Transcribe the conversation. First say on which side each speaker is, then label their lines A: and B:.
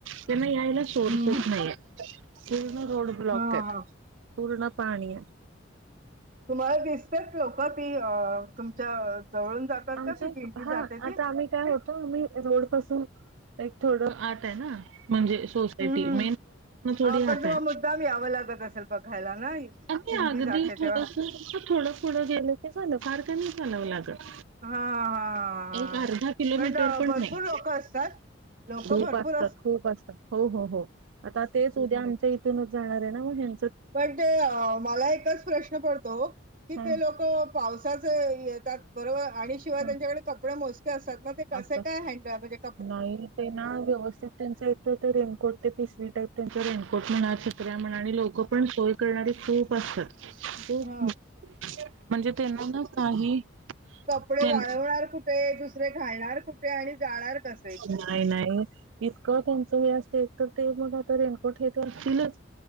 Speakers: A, on the right; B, on the right.
A: त्यांना यायला सोर्सच
B: हम्म हम्म
A: नाही ये. रोड ब्लॉक
B: हा
A: येत.
B: हा
A: पूर्ण पाणीया
B: तुम्हाला दिसत्यात लोक? ती तुमच्या जवळून जातात
A: आमच्या
B: का ती दिंडी
A: हा
B: जाते ती
A: आता आम्ही काय होतो आम्ही रोड पासून एक थोडं आत आहे ना, म्हणजे सोसायटी
B: हम् हम्
A: मेन मग थोडी
B: हा
A: आत
B: पण तुम्हा
A: आहे.
B: मुद्दाम यावं लागत असेल बघायला ना
A: अे
B: दिंडी
A: अगदी
B: जाते
A: थोडस
B: तेव्हा
A: थोडं पुुडं गेलं झालं. फार काय नाही चालाव लागत.
B: हा हा हा.
A: एक अर्धा किलोमीटर
B: पण भरपूर
A: नाही
B: लोक असतात? लोक
A: खूप
B: भरपूर
A: असतात. खूप असतात. हो हो हो आता तेच उद्या आमच्या इथून जाणार ये ना मग हेन
B: पण ते मला एकच प्रश्न पडतो की
A: हा
B: ते लोक पावसाचे येत तात बरोबर आणि शिवाय
A: हा
B: त्यांच्याकडे कपडे मोजके असतात मग ते कसे
A: असं
B: काय हड म्हणजे ते
A: नाही ते ना व्यवस्थित त्यांच इथ ते रेनकोट ते स्ट त्यांचा रेनकोट म्हणा तऱ्या म्हणा आणि लोक पण सोय करणारे खूप असतात.
B: हा.
A: खूप म्हणजे त्यांना ना काही
B: कपडे
A: त्यां
B: वाळवणार कुठे? दुसरे घालणार कुठे आणि जाणार कसे?
A: नाही नाही इतकं त्यान हे अस तर ते मग आ रेनकोट हे असतीलच.